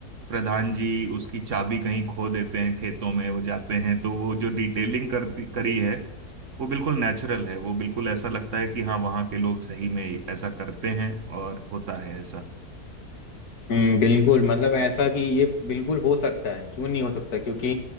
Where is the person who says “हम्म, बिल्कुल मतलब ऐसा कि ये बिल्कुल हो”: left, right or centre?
Left